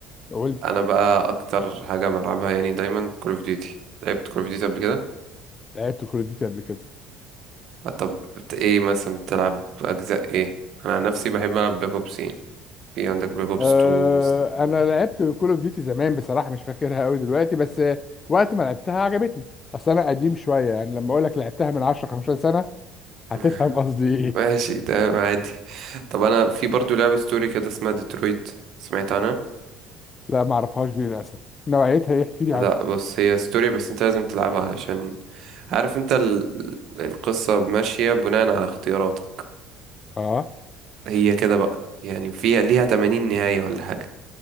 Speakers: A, on the left (about 30°); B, on the right (about 60°).
A: قول لي
B: انا بقى اكتر حاجه بلعبها يعني دايما كول اوف ديوتي لعبت كول اوف ديوتي قبل كده
A: لعبت كول أوف ديوتي قبل كده
B: آه، طب بت- ايه مثلا بتلعب اجزاء ايه انا عن نفسي بحب العب بلاك اوبس يعني في عندك بلاك اوبس
A: آه،
B: 2 3.
A: انا لعبت كول اوف ديوتي زمان بصراحه مش فاكرها قوي دلوقتي بس آه، وقت ما لعبتها عجبتني اصل انا قديم شويه يعني لما اقول لك لعبتها من 10 15 سنه هتفهم
B: <laughs>
A: قصدي ايه
B: ماشي تمام عادي طب انا في برضو لعبه ستوري كده اسمها ديترويت سمعت عنها
A: <laughs> لا ما اعرفهاش دي للاسف نوعيتها ايه احكي لي
B: لا
A: عنها
B: بص هي ستوري بس انت لازم تلعبها علشان عارف انت ال... القصه ماشيه بناء على اختياراتك
A: اه
B: هي كده بقى يعني فيها ليها 80 نهايه ولا حاجه